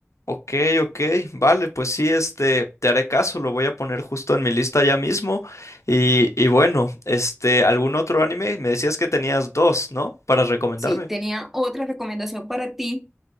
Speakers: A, on the left; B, in the centre.
A: Ok, ok, vale, pues sí, este, te haré caso, lo voy a poner justo en mi lista ya mismo. Y, y bueno, este, ¿algún otro anime? Me decías que tenías dos, ¿no? Para recomendarme.
B: Sí, tenía otra recomendación para ti